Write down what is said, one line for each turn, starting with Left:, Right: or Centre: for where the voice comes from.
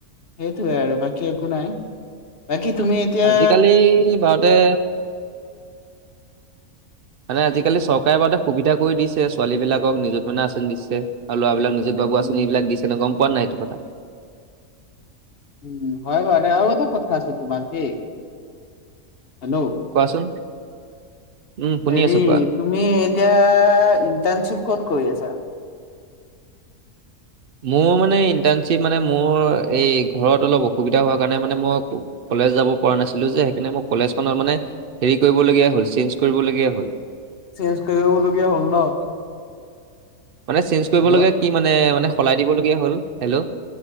Left: সেইটোৱে আৰু বাকী একো নাই বাকী তুমি এতিয়া
Right: আজিকালি ভাৰতে মানে আজিকালি চৰকাৰে বাৰুটা সুবিধা কৰি দিছে ছোৱালী বিলাকক নিজুত মাইনা আচন দিছে আৰু ল'ৰা এইবিলাক নিজৰ বাবু
Left: উম
Right: আঁচনি বিলাক দিছে ন গম পোৱা নাই এইটো কথা
Left: উম হয় বৰো আৰু এটা কথা আছে তোমাক দেই। হেল্ল'
Right: কোৱাচোন উম, শুনি
Left: হেৰি
Right: আছো কোৱা।
Left: তুমি এতিয়া ইন্টাৰ্ণশ্বিপ ক'ত কৰি আছা
Right: মোৰ মানে ইণ্টাৰ্ণশ্বিপ মানে মোৰ এই ঘৰত অলপ অসুবিধা হোৱা কাৰণে মানে মই কলেজ যাব পৰা নাছিলো যে সেইকাৰণে মোক কলেজখনত মানে হেৰি কৰিবলগীয়া হ'ল চেইঞ্জ কৰিবলগীয়া হ'ল
Left: চেঞ্জ কৰিবলগীয়া হ'ল ন
Right: মানে চেঞ্জ কৰিবলগীয়া
Left: হেল্ল'
Right: কি মানে মানে সলাই দিবলগীয়া হ'ল হেল্ল'